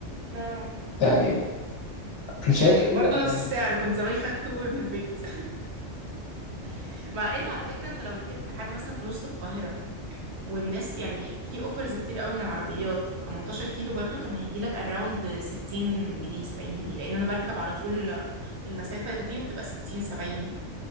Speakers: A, on the right; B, on the left.
A: اه
B: يعني انا
A: يعني
B: شايف
A: برضو نفس السعر
B: <laughs>
A: كنت زماني خدت اوبر من البيت <laughs> مع ان على فكره انت لو ركبت حاجه مثلا في نص القاهره والناس يعني في اوفرز كتير قوي من العربيات 18 كيلو برضو كان هيجي لك اراوند 60 جنيه 70 جنيه لان انا بركب على طول المسافه دي وبتبقى 60 70